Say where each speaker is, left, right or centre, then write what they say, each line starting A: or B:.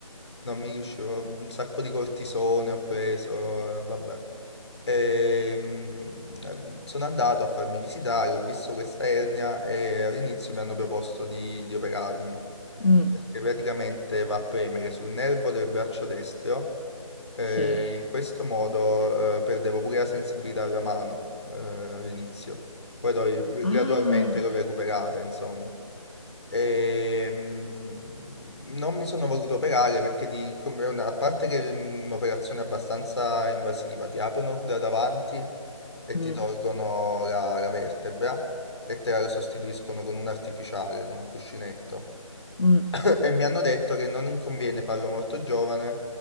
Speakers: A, on the left; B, on the left.
A: non mi riuscivo. Un sacco di cortisone ho preso, eh, vabbè. E, mm, ehm, sono andato a farmi visitare, ho visto questa ernia e all'inizio mi hanno proposto di, di operarmi
B: mm,
A: perché praticamente va a premere sul nervo del braccio destro e
B: sì.
A: in questo modo eh, perdevo pure la sensibilità alla mano eh, all'inizio, poi l'ho-
B: Ah,
A: gradualmente l'ho recuperata, insomma. E, mm, non mi sono voluto operare perché di- come una- a parte che è un'operazione abbastanza invasiva, ti aprono da davanti e
B: mm,
A: ti tolgono la, la vertebra e te la sostituiscono con un artificiale, con un cuscinetto.
B: mm,
A: <coughs> <clears throat> E mi hanno detto che non conviene farlo molto giovane